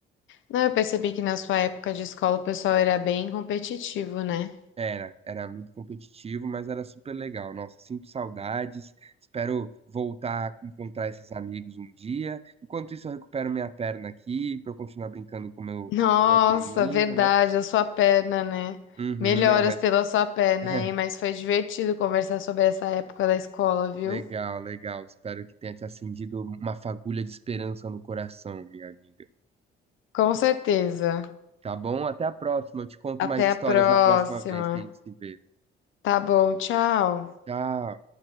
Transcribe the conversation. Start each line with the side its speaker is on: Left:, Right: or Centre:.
Left: Não, eu percebi que na sua época de escola o pessoal era bem competitivo, né?
Right: Era, era muito competitivo, mas era super legal. Nossa, sinto saudades. Espero voltar a encontrar esses amigos um dia. Enquanto isso, eu recupero minha perna aqui para eu continuar brincando com meu,
Left: Nossa,
Right: com meu priminho,
Left: verdade,
Right: né?
Left: a sua perna, né?
Right: Uhum,
Left: Melhoras
Right: não, mas
Left: pela sua perna,
Right: <laughs>
Left: hein? Mas foi divertido conversar sobre essa época da escola, viu?
Right: legal, legal. Espero que tenha te acendido uma fagulha de esperança no coração, minha amiga.
Left: Com certeza.
Right: Tá bom? Até a próxima. Eu te conto
Left: Até
Right: mais histórias
Left: a próxima.
Right: na próxima vez que a gente se vê.
Left: Tá bom, tchau.
Right: Tchau.